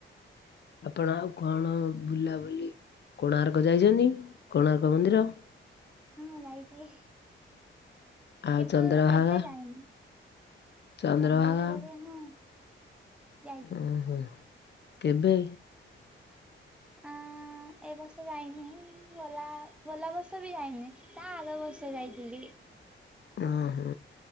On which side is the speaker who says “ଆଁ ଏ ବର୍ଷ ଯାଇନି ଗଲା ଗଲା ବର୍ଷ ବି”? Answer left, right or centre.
Centre